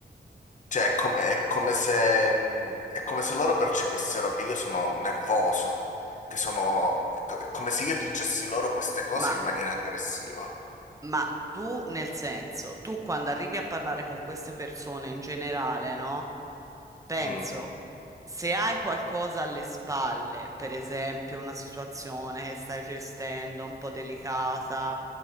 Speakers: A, on the left (about 45°); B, on the right (about 20°).
A: Cioè, è, com- è come se, mh, è come se loro percepissero che io sono nervoso, che sono... è come se io dicessi loro queste cose
B: ma
A: in maniera aggressiva.
B: Ma tu, nel senso, tu quando arrivi a parlare con queste persone in generale, no? Penso,
A: Mm,
B: se hai qualcosa alle spalle, per esempio una situazione che stai gestendo un po' delicata,